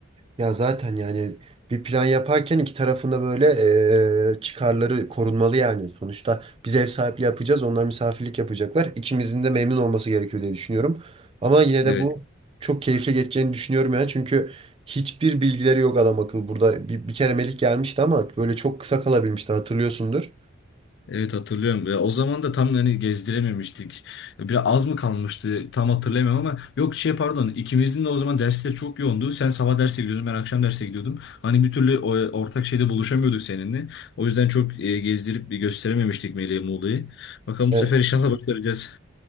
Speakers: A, on the right (about 25°); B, on the left (about 55°).
A: Ya zaten yani bir plan yaparken iki tarafında böyle eee, çıkarları korunmalı yani. Sonuçta biz ev sahipliği yapacağız, onlar misafirlik yapacaklar. İkimizin de memnun olması gerekiyor diye düşünüyorum. Ama yine
B: Evet.
A: de bu çok keyifli geçeceğini düşünüyorum yani. Çünkü hiçbir bilgileri yok adam akıllı. Burada bir, bir kere Melih gelmişti ama böyle çok kısa kalabilmişti hatırlıyorsundur.
B: Evet hatırlıyorum. Ya, o zaman da tam hani gezdirememiştik. Biraz az mı kalmıştı tam hatırlayamıyorum ama yok şey pardon ikimizin de o zaman dersleri çok yoğundu. Sen sabah derse gidiyordun ben akşam derse gidiyordum. Hani bir türlü o- ortak şeyde buluşamıyorduk seninle. O yüzden çok e, gezdirip bir gösterememiştik Melih'e Muğla'yı. Bakalım
A: Evet.
B: bu sefer inşallah başaracağız.